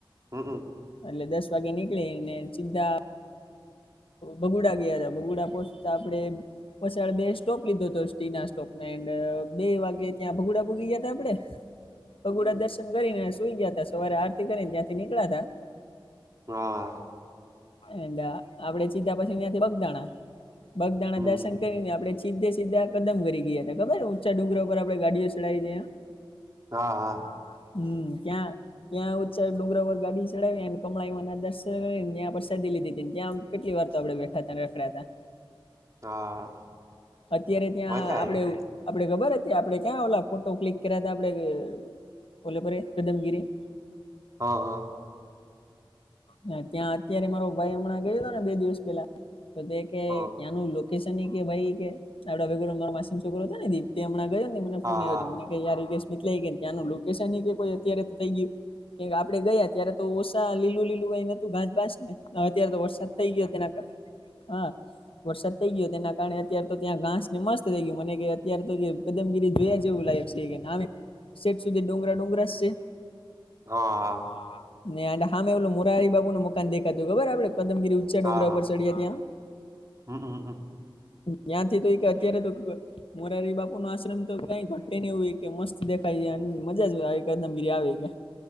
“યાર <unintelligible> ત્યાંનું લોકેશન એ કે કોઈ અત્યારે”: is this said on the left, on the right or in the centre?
Left